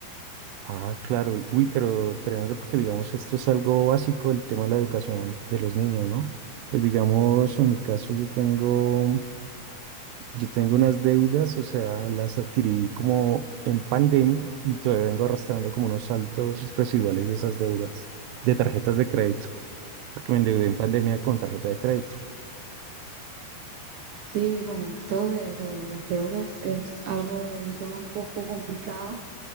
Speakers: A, on the right; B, on the right.
A: Ah, claro, uy, uy, pero tremendo porque digamos esto es algo básico, el tema de la educación de los niños, ¿no? Pues digamos, en mi caso yo tengo, yo tengo unas deudas, o sea, las adquirí como en pandemia y todavía vengo arrastrando como unos saltos residuales de esas deudas, de tarjetas de crédito, porque me endeudé en pandemia con tarjeta de crédito,
B: Sí, bueno, esto de, de las deudas es algo, un tema un poco complicado